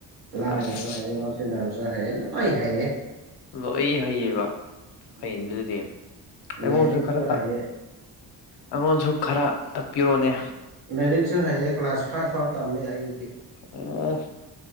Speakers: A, on the right (about 65°); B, on the left (about 75°).
A: ꯂꯥ
B: ꯑꯁ
A: ꯂꯥ ꯉꯥꯎꯁꯤꯟꯅꯕꯁꯨ ꯍꯥꯏꯌꯦ ꯂꯣꯏ ꯍꯩꯌꯦ
B: ꯂꯣꯏ ꯍꯩꯌꯦꯕ
A: ꯎꯝ
B: ꯐꯩ ꯑꯗꯨꯗꯤ ꯑꯩꯉꯣꯟꯁꯨ
A: ꯂꯥꯏꯔꯤꯛꯁꯨ
B: ꯈꯔ
A: ꯍꯩꯌꯦ
B: ꯑꯩꯉꯣꯟꯁꯨ ꯈꯔ ꯇꯥꯛꯄꯤꯔꯣꯅꯦ
A: ꯂꯥꯏꯔꯤꯛꯁꯨ ꯍꯩꯌꯦ ꯀ꯭ꯂꯥꯁ ꯐꯥꯏꯚ ꯐꯥꯎꯕ ꯇꯝꯃꯦ ꯑꯩꯗꯤ
B: ꯑꯣ